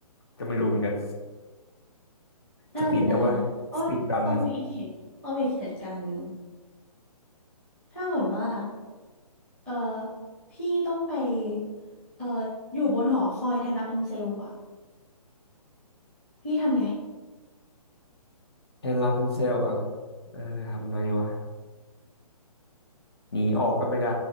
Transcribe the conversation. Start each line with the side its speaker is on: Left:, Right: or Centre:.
Left: ก็ไม่รู้เหมือนกัน
Centre: น่าจะได้นะโอ้ยต้องมีอีกเหตุต้องมีอีกเหตุการณ์หนึ่ง
Left: สปีดแล้วว่าสปีดรัน
Centre: ถ้าเกิดว่าเออพี่ต้องไปเอออยู่บนหอคอยแทนรับพันเซลอะพี่ทำไง
Left: แฮนด์ลาฟันเซลอ่ะเออทำไงวะหนีออกก็ไม่ได้